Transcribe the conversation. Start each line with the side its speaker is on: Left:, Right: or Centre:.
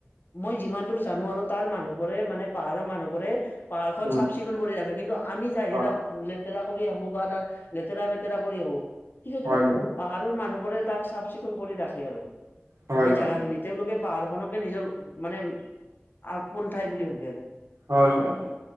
Left: মই যিমান দূৰ জানো আৰু তাৰ মানুহবোৰে মানে পাহাৰৰ মানুহবোৰে পাহাৰখন
Right: উম
Left: চাফ চিকুণ কৰি ৰাখে কিন্তু আমি যাই
Right: হয়
Left: হে তাত লেতেৰা কৰি আহো বা তাত লেতেৰা পে তেৰা কৰি আহোম, ঠিক সেইদৰে
Right: হয় হয়
Left: পাহাৰৰ মানুহবোৰে তাক চাফ চিকুণ কৰি ৰাখে আৰু।
Right: হয়
Left: সেই
Right: হয়
Left: জাগাখিনিত। তেওঁলোকে পাহাৰখনকে নিজৰ মানে আপোন ঠাই বুলি ভাবে আৰু।
Right: হয় হয় হয়